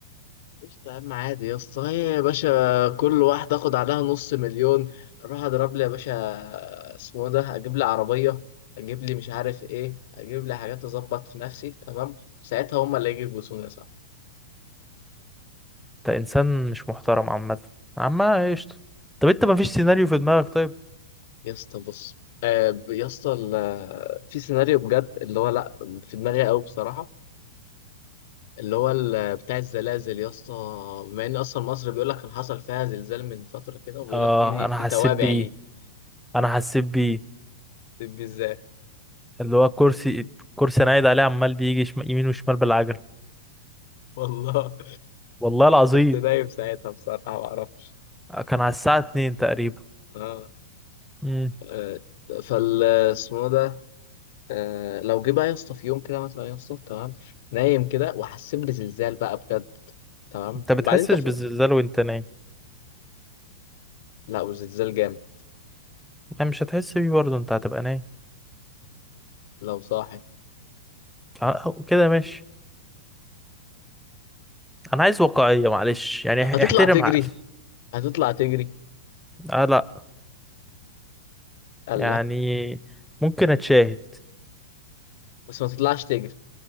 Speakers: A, on the left; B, in the centre.
A: قشطة يا عم عادي يا اسطى هي يا باشا كل واحد اخد عليها نص مليون اروح اضرب لي يا باشا اسمه إيه ده اجيب لي عربية اجيب لي مش عارف ايه اجيب لي حاجات اظبط في نفسي تمام ساعتها هما اللي يجوا يبوسوني يا صاحبي
B: انت انسان مش محترم عامة عامة قشطة طب انت ما فيش سيناريو في دماغك طيب
A: يا اسطى بص آه، ب- يا اسطى ال- في سيناريو بجد اللي هو لا في دماغي قوي بصراحة اللي هو ال- بتاع الزلازل يا اسطى بما ان اصلا مصر بيقول لك كان حصل فيها زلزال من فترة كده وبيقول
B: اه
A: لك في
B: انا
A: في
B: حسيت
A: توابع
B: بيه
A: ليه
B: انا حسيت بيه
A: طب ازاي
B: اللي هو كرسي كرسي انا قاعد عليه عمال بيجي شم... يمين وشمال بالعجل
A: والله
B: والله العظيم
A: كنت نايم ساعتها بصراحة ما اعرفش
B: كان على الساعة اتنين تقريبا
A: اه
B: امم
A: آه، فال اسمه ده آه لو جه بقى يا اسطى في يوم كده مثلا يا اسطى تمام نايم كده وحسيت بزلزال بقى بجد تمام
B: انت بتحسش
A: وبعدين انت في...
B: بالزلزال وانت نايم
A: لا والزلزال جامد
B: يعني مش هتحس بيه برضه انت هتبقى نايم
A: لو صاحي
B: اه، كده ماشي انا عايز واقعية معلش يعني
A: <laughs> هتطلع
B: احترم
A: تجري
B: عقلي
A: هتطلع تجري
B: اه لا
A: قال
B: يعني
A: لا
B: ممكن اتشاهد
A: بس ما تطلعش تجري